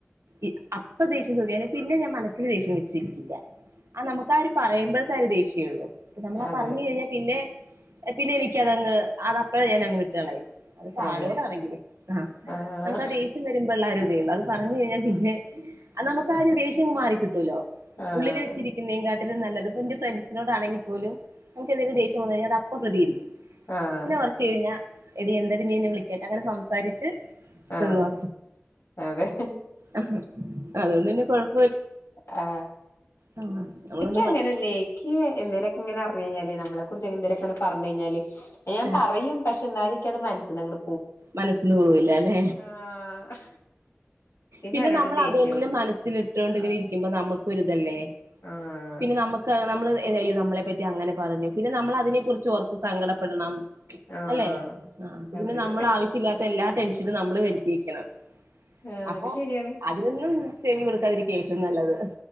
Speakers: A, on the right; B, on the left.
A: ഇദ് അപ്പ ദേഷ്യം തോന്നിയാലും പിന്നെ ഞാൻ മനസ്സില് ദേഷ്യം വെച്ചിരിക്കില്ല ആഹ് നമുക്കാ ഒരു പറയുമ്പഴത്താ ഒരു ദേഷ്യേള്ളു നമ്മളാ
B: അതെ
A: പറഞ്ഞു കഴിഞ്ഞാ പിന്നെ പിന്നെ എനിക്കതങ്ങ് അതപ്പഴേ ഞാനങ്ങ് വിട്ട് കളയും അത്പ്പ
B: അതെ
A: ആരോടാണെങ്കിലും ആഹ്
B: ആഹ്
A: നമുക്ക് ആ ദേഷ്യം വരുമ്പള്ളാ ഒരിതേ ഉള്ളൂ അത് പറഞ്ഞു കഴിഞ്ഞാൽ പിന്നെ അ നമുക്കാരു ദേഷ്യങ്ങ് മാറിക്കിട്ടൂലോ
B: ആഹ്
A: ഉള്ളില് വെച്ചിരിക്കുന്നേങ്കാട്ട് ട്ടിലും നല്ലത് ഇപ്പെന്റ ഫ്രണ്ട്സിനോടാണെങ്കി പോലും നമുക്കെന്തേലും ദേഷ്യം വന്നു കഴിഞ്ഞാ അതപ്പോ പ്രതികരിക്കും
B: ആഹ്
A: പിന്നെ കുറച്ച് കഴിഞ്ഞാ എടീ എന്തെടീ നീയെന്നെ വിളിക്കാൻ അങ്ങനെ സംസാരിച്ച് സെള്ളുവാ
B: ആഹ് അതെ
A: അഹ് അതുകൊണ്ട് പിന്നെ കൊഴപ്
B: ആ
A: ആ നമ്മള്
B: ക്കിയങ്ങനല്ലേ ക്കി എന്തേലെക്കിങ്ങന അറിഞ്ഞഴിഞ്ഞാല് നമ്മളെ കുറിച്ച് എന്തേലൊക്കനെ പറഞ്ഞ് കഴിഞ്ഞാല് ഞാൻ
A: ആഹ്
B: പറയും പക്ഷെ എന്നാലുക്ക്യത് മനസ്സിന്നങ്ങ്ട്
A: മനസ്സിന്ന് പോവൂല്ലാല്ലേ
B: ആഹ്
A: പിന്നെ
B: അവരോടൊരു
A: നമ്മളത്
B: ദേഷ്യാവും
A: അന്നെ മനസ്സിലിട്ട് ട്ടോണ്ടിങ്ങനെ
B: ആഹ്
A: ഇരിക്കുമ്പ നമുക്കൊരിതല്ലേ
B: ആഹ്
A: പിന്നെ നമുക്ക നമ്മളിത് എൻ്റയ്യോ നമ്മളെ പറ്റി അങ്ങനെ പറഞ്ഞു പിന്നെ നമ്മളതിനെ കുറിച്ചോർത്ത് സങ്കടപ്പെടണം
B: ആഹ്
A: അല്ലേ ആഹ് അപ്പൊ
B: അതെ
A: പിന്നെ നമ്മളാവശ്യില്ലാത്ത എല്ലാ ടെൻഷനും നമ്മള് വെരു ത്തിയെക്കണം
B: ആഹ്
A: അപ്പോ
B: അത് ശരിയാണ്
A: അതിനൊന്നും ചെവി കൊടുക്കാതിരിക്കേറ്റവും നല്ലത്